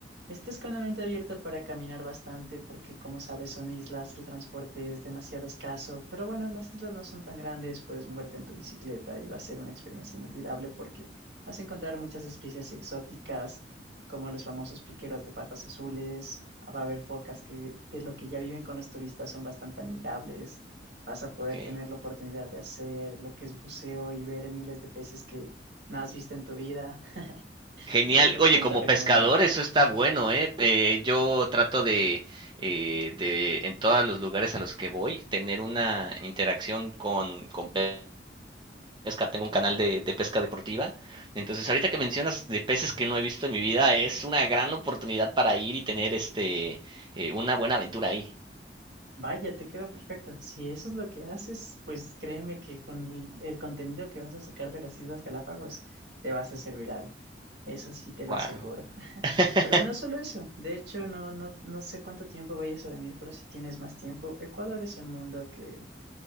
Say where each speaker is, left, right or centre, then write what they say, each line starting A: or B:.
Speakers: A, on the right; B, on the right.
A: estés con la mente abierta para caminar bastante, porque como sabes son islas, el transporte es demasiado escaso, pero bueno, las islas no son tan grandes, puedes moverte en tu bicicleta y va a ser una experiencia inolvidable porque vas a encontrar muchas especies exóticas, como los famosos piqueros de patas azules, va a haber focas que de lo que ya viven con los turistas son bastante amigables. Vas a poder
B: Ok.
A: tener la oportunidad de hacer lo que es buceo y ver miles de peces que no has visto en tu vida. <laughs>
B: Genial.
A: cien por
B: Oye,
A: ciento
B: como
A: recomendado.
B: pescador eso está bueno, ¿eh? Eh, yo trato de, eh, de, en todos los lugares a los que voy, tener una interacción con, con pe- pesca, tengo un canal de, de, pesca deportiva. Entonces, ahorita que mencionas de peces que no he visto en mi vida, es una gran oportunidad para ir y tener este eh, una buena aventura ahí.
A: Vaya, te queda perfecto. Si eso es lo que haces, pues créeme que con el, el contenido que vas a sacar de las Islas Galápagos te vas a hacer viral. Eso sí te lo
B: Wow.
A: aseguro. <laughs>
B: <laughs>
A: Pero no solo eso. De hecho, no, no, no sé cuánto tiempo vayas a venir, pero si tienes más tiempo, Ecuador es un mundo que